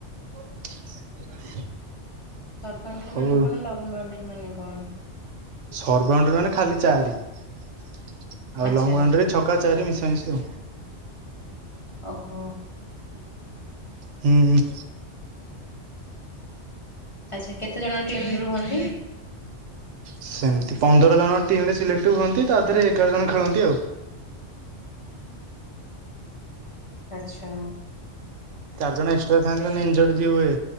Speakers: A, on the right; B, on the left.
A: <inaudible>
B: ସର୍ଟ ବାଉଣ୍ଡରିଙ୍ଗ
A: ହଉ
B: ମାନେ କଣ? ଲଙ୍ଗ ବାଉଣ୍ଡରିଙ୍ଗ ମାନେ କଣ?
A: ସର୍ଟ ବାଉଣ୍ଡରିଙ୍ଗ ମାନେ ଖାଲି ଚାରି, ଆଉ
B: ଆଚ୍ଛା
A: ଲଙ୍ଗ ବାଉଣ୍ଡରିଙ୍ଗ ଛ କା ଚାରି ମିଶାମିଶି ଆଉ।
B: ଓ ହୋ।
A: ହୁଁ।
B: ଆଚ୍ଛା କେତେ ଜଣ ଟିମ୍ ରୁହନ୍ତି?
A: ସେମତି ପନ୍ଦର ଜଣ ଟିମ୍ ରେ ସିଲେକ୍ଟ ହୁଅନ୍ତି, ତା ଦେହରେ ଏଗାର ଜଣ ଖେଳନ୍ତି ଆଉ।
B: ଆଚ୍ଛା
A: ଚାରି ଜଣ ଏକ୍ସଟ୍ରା ଥାଆନ୍ତି ମାନେ ଇଞଜଡ୍ ଯିଏ ହୁଏ,